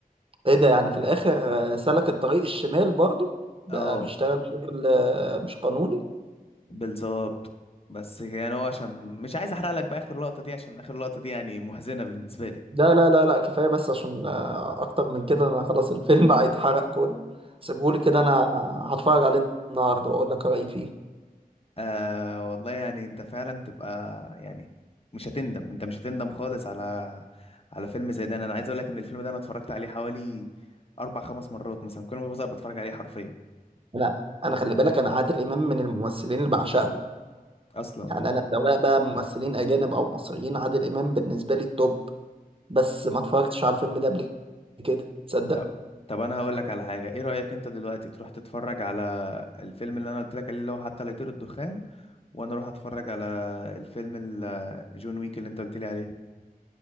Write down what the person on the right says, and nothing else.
ايه ده يعني في الاخر آه، سلك الطريق الشمال برضه بقى
بيشتغل شغل آه، مش قانوني
لا لا لا لا كفايه بس عشان آه، اكتر من كده انا خلاص الفيلم <laughs> هيتحرق كله سيبهولي كده انا هتفرج عليه النهارده واقول لك رايي فيه
انا انا خلي بالك انا عادل امام من الممثلين اللي بعشقهم
يعني انا سواء بقى ممثلين اجانب او مصريين عادل امام بالنسبه لي التوب بس ما اتفرجتش على الفيلم ده قبل كده تصدق